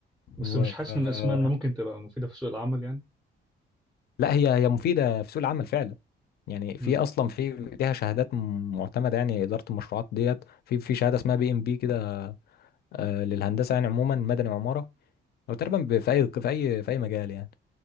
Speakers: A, in the centre; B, on the left.
A: بس
B: و...
A: مش حاسس
B: آه،
A: من اسمها انها ممكن تبقى مفيده في سوق العمل يعني
B: لا هي هي مفيدة في سوق العمل فعلا يعني في
A: امم
B: أصلا في ليها شهادات م- معتمدة يعني إدارة المشروعات ديت في في شهادة اسمها بي إم بي كده آه، للهندسه يعني عموما مدني وعماره او تقريبا ب- في اي في اي في اي مجال يعني